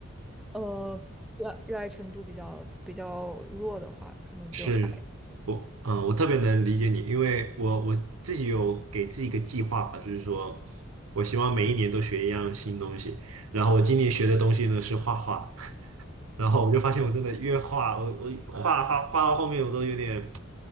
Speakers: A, in the centre; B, on the right.
A: 呃，热热爱程度比较比较弱的话，可能就还，
B: 是我嗯，我特别能理解你，因为我我自己有给自己一个计划吧，就是说我希望每一年都学一样新东西。然后我今年学的东西呢是画画，然后我就发现我真的越画，我我画画画到后面我都有点